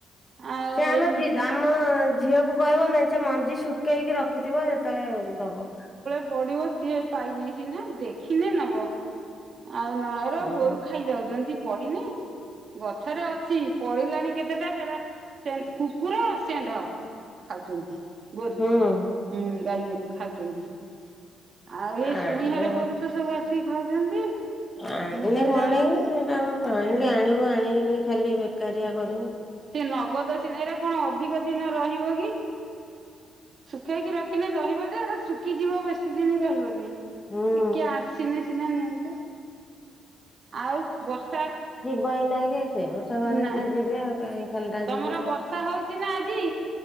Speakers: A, on the right; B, on the left.
A: ଆଉ
B: ସେ ଆମ
A: ଏମିତି
B: ଜି ଆମ ଝିଅକୁକହିବ ମେଞ୍ଚେ ମଞ୍ଜି ଶୁଖେଇକି ରଖିଥିବ। କେତେବେଳେ ଦବ।
A: ପଡ଼ିବ ସିଏ ପାଇନେ ସିନା ଦେଖିନେ ନବ। ଆଉ ନା ର
B: ହୁଁ।
A: ଗୋରୁ ଖାଇଯାଉଛନ୍ତି ପଡିିନି ଗଛରେ ଅଛି। ପଡିଲାଣି କେତେଟା ହେରା ସେ କୁକୁର ସେଣ୍ଢ ଖାଉଛନ୍ତି। ଗୋରୁ
B: ହୁଁ।
A: ହୁଁ ଗାଈଗୋରୁ ଖାଉଛନ୍ତି। ଆଉ ଏଇ
B: ଆଣେ
A: ଶୁଇଁ ହର ଗୋରୁତ ସବୁ ଆସି ଖାଉଛନ୍ତି।
B: ଆଣିଲେ
A: ମୋଟେ
B: କଣକି
A: ଯାଉନାହାନ୍ତି।
B: ତାଙ୍କ କାହିଁକି ଆଣିବ ଆଣିକି ଖାଲି ବେକାରିଆ କରି
A: ସେ ନଗଦ ସିନା ଏରାକଣ ଅଧିକ ଦିନ ରହିବକି ଶୁଖେଇକି ରଖିନେ ରହିବ ଯେ ଶୁଖିଯିବ ବେଶୀ ଦିନ ରହିବନାଇଁ
B: ହୁଁ।
A: କିଏ ଆସିନା ସିନା ନିଅନ୍ତା। ଇ ଆଉ ବର୍ଷା
B: ଭାଇ ନାହିଁକି ସେ ଓଷାବାରେ
A: ନା
B: ହେଲେ ଯିବେ ଆଉ କାହିଁ ଖାଲିଟା
A: ତମର
B: ଯିବେ
A: ବର୍ଷା ହଉଛି ନା ଆଜି?